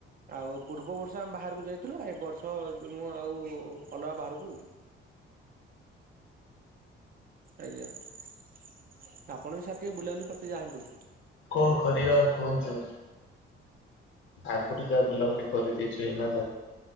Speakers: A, on the right; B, on the left.
A: ଆଉ ପୂର୍ବ ବର୍ଷ ଆମେ ବାହାରକୁ ଯାଇଥିଲୁ, ଏ ବର୍ଷ ମୁଁ ଆଉ ଅଲଗା ବାହାରକୁ ଆଜ୍ଞା ଆପଣ ବି ସାର୍ ଟିକେ ବୁଲାବୁଲି କରିତେ ଯାଆନ୍ତୁ।
B: କଣ କରିବା କୁହନ୍ତୁ? ଆଗଠୁ ଯାହା ବୁଲାବୁଲି କରିଦେଇଛ ଏଇନା